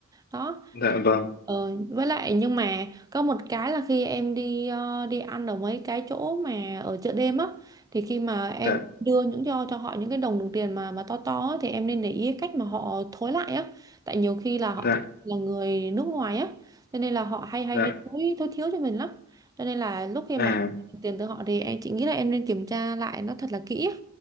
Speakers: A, on the right (about 15°); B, on the left (about 45°).
A: đó
B: dạ vâng
A: Ờ, với lại nhưng mà có một cái là khi em đi ờ, đi ăn ở mấy cái chỗ mà ở chợ đêm á thì khi mà em
B: dạ
A: đưa những cho cho họ những cái đồng đồng tiền mà mà to to á, thì em nên để ý cái cách mà họ thối lại á tại nhiều khi là họ
B: dạ
A: là người nước ngoài á cho nên là họ hay hay
B: dạ
A: hay thối thối thiếu cho mình lắm cho nên là lúc khi
B: à
A: mà em nhận tiền từ họ thì em chị nghĩ là em nên kiểm tra lại nó thật là kỹ á.